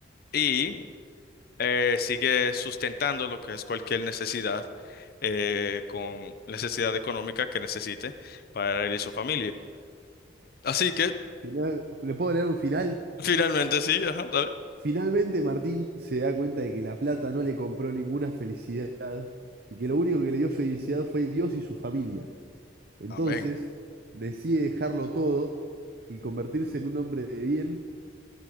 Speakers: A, on the left; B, on the right.
A: Y eh, sigue sustentando lo que es cualquier necesidad, eh, con necesidad económica que necesite para él y su familia. Así que,
B: Final, ¿le puedo leer un final?
A: finalmente sí, ajá, dale.
B: Finalmente Martín se da cuenta de que la plata no le compró ninguna felicidad y que lo único que le dio felicidad fue Dios y su familia. Entonces
A: Amén.
B: decide dejarlo todo y convertirse en un hombre de bien